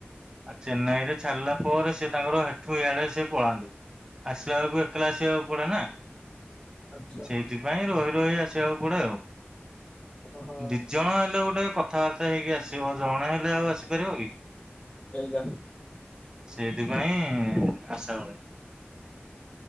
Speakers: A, on the right (about 15°); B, on the left (about 25°).
A: ଆଉ ଚେନ୍ନାଇ ରେ ଛାଡ଼ିଲା ପରେ ସେ ତାଙ୍କର ହେଠୁ ଇଆଡେ ସେ ପଳାନ୍ତୁ। ଆସିଲା ବେଳକୁ ଏକଲା ଆସିବାକୁ ପଡେନା
B: ଆଚ୍ଛା
A: ସେଇଥିପାଇଁ ରହି ରହି ଆସିବାକୁ ପଡେ ଆଉ
B: ଓହୋ
A: ଦି ଜଣ ହେଲେ ଗୋଟେ କଥାବାର୍ତ୍ତା ହେଇକି ଆସିବ ଜଣେ ହେଲେ ଲେ ଆଉ ଆସିପାରିବ କି?
B: ଏଇଟା
A: ସେଇଥିପାଇଁ ଆସା ହୁଏ।